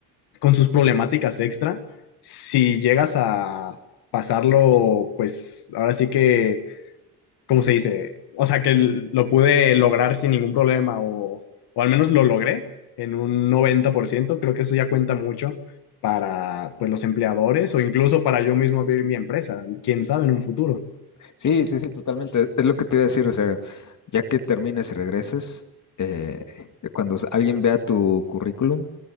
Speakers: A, on the left (about 75°); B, on the left (about 50°).
A: con sus problemáticas extra, si llegas a pasarlo, pues ahora sí que ¿cómo se dice? O sea, que l- lo pude lograr sin ningún problema o, o al menos lo logré en un noventa por ciento, Creo que eso ya cuenta mucho para pues, los empleadores o incluso para yo mismo abrir mi empresa. ¿Quién sabe en un futuro?
B: sí, sí, sí, totalmente. Es lo que te iba a decir, o sea, ya que termines y regreses, eh, cuando alguien vea tu currículum,